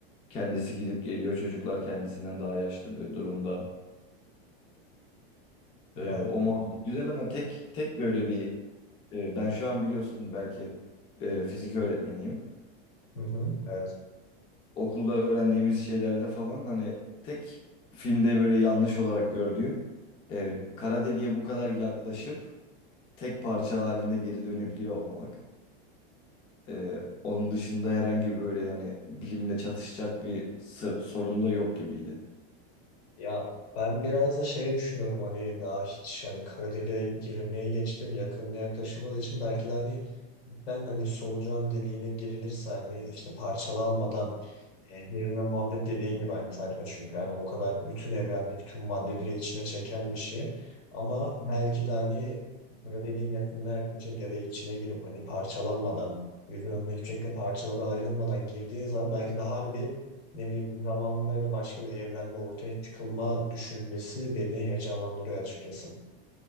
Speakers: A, on the left (about 20°); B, on the left (about 85°).
A: Kendisi gidip geliyor. Çocuklar kendisinden daha yaşlı bir durumda.
B: Ya
A: E, o muhabbet güzel ama tek tek böyle bir e, ben şu an biliyorsun belki e, fizik öğretmeniyim.
B: hı hı. Evet.
A: Okulda öğrendiğimiz şeylerde falan hani tek filmde böyle yanlış olarak gördüğüm e, kara deliğe bu kadar yaklaşıp tek parça halinde geri dönebiliyor olmak. Ee, onun dışında herhangi böyle yani bilimle çatışacak bir sı- sorun da yok gibiydi.
B: Ya ben biraz da şey düşünüyorum hani daha hiç hani kara deliğe girilmeye geçtim yakınına yaklaşılmadığı için belki de hani ben hani solucan deliğine girilirse hani işte parçalanmadan Evrenle muhabbet dediğin gibi aynı sayfa çünkü yani o kadar bütün evrendeki tüm maddeleri içine çeken bir şey ama belki de hani böyle dediğin yakınına yaklaşıp ya da içine girip hani parçalanmadan birbirinden hiçbir şekilde parçalara ayrılmadan girdiği zaman belki de harbi ne bileyim bir zamanda ya da başka bir evrende ortaya çıkılma düşüncesi beni heyecanlandırıyor açıkçası.